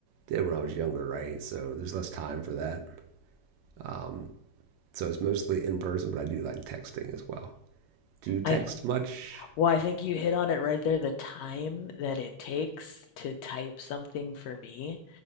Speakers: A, on the right; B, on the left.
A: did when I was younger, right? So there's less time for that. Um, so it's mostly in person, but I do like texting as well. Do you text
B: I
A: much?
B: well I think you hit on it right there. The time that it takes to type something for me